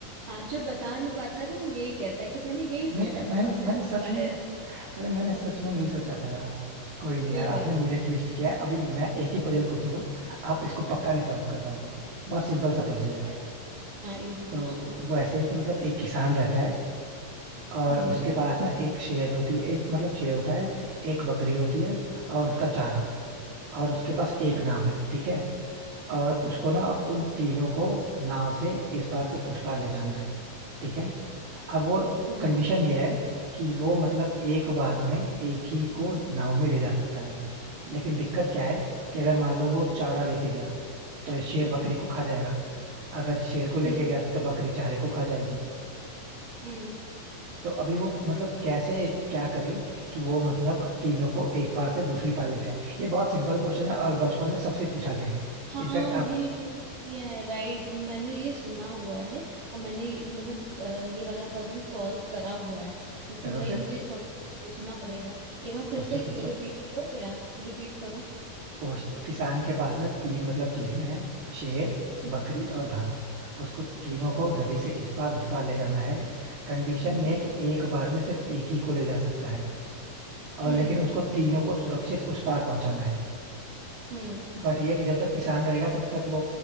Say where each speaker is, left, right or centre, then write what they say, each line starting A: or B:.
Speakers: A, on the right (about 65°); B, on the right (about 85°).
A: हाँ जो बता नहीं पाता है ना वो यही कहता है कि मैंने यही सोचा
B: नहीं नहीं मैंने
A: था बस मैंने
B: मैंने सच
A: बताया
B: में अरे
A: नहीं।
B: मैंने सच
A: हाँ
B: में यही सोचा था यार कोई नहीं
A: कोई
B: यार आपने
A: बात
B: मुझे ट्विस्ट किया है अभी मैं एक ही पजल पूछूंगा आप इसको पक्का नहीं सॉल्व कर पाओगे बहुत सिंपल सा पजल है
A: नहीं हाँ इजी
B: तो
A: पूछना
B: वो ऐसे ही कि मतलब एक किसान रहता है और
A: हम्म
B: उसके पास ना एक शेर होती है एक मतलब शेर होता है एक बकरी होती
A: हम्म,
B: है और उसका चारा और उसके पास एक
A: अच्छा
B: नाव है ठीक है और उसको ना उन तीनों को नाव से इस पार से उस पार ले जाना है ठीक है अब वो
A: हाँ
B: कंडीशन ये है कि वो मतलब एक बार में एक ही को नाव में ले जा सकता है लेकिन दिक्कत क्या है कि अगर मान लो वो चारा लेके गया तो ये शेर बकरी को खा जाएगा अगर शेर को लेके
A: हम्म
B: गया तो बकरी चारे को खा जाएगी
A: हम्म
B: तो अभी वो मतलब कैसे क्या करे कि वो मतलब तीनों को एक पार से दूसरी पार लेते हैं ये बहुत सिंपल क्वेश्चन है और बचपन में सबसे पूछा गया है
A: हाँ
B: इनफैक्ट
A: ये
B: आप
A: मैंने किया है राइट मैंने ये सुना हुआ है और मैंने ये- मतलब अ, ये वाला पजल सॉल्व करा हुआ है लेकिन
B: करो
A: वही
B: फिर
A: मुझे थोड़ा सोचना पड़ेगा एक बार फिर
B: सोचो
A: से
B: सोचो
A: रिपीट करोगे आप रिपीट करो
B: कोच दो किसान के पास ना तीन मतलब चीजें हैं शेर
A: ठीक
B: बकरी और घास उसको तीनों को नदी से इस पार उस पार ले जाना है कंडीशन
A: हम्म
B: ये है कि एक बार में सिर्फ एक ही को ले जा सकता है और
A: हम्म
B: लेकिन उसको तीनों को सुरक्षित उस पार पहुंचाना है
A: हम्म
B: बट ये है कि जब तक किसान रहेगा तब तक वो